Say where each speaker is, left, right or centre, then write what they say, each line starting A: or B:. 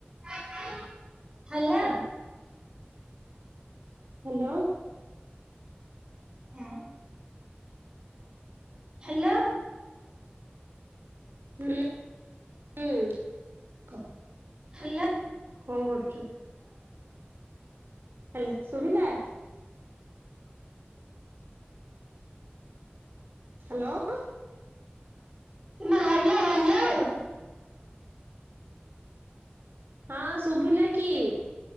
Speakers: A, on the right; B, on the right.
A: <unintelligible> Hello!
B: Hello!
A: ହୁଁ। Hello!
B: ହୁଁ, କହ।
A: ହାଲୋ!
B: କଣ କରୁଛୁ? ହାଲୋ, ଶୁଭିଲା? ହାଲୋ!
A: <unintelligible> Hello, hello!
B: ହଁ, ଶୁଭିଲା କି?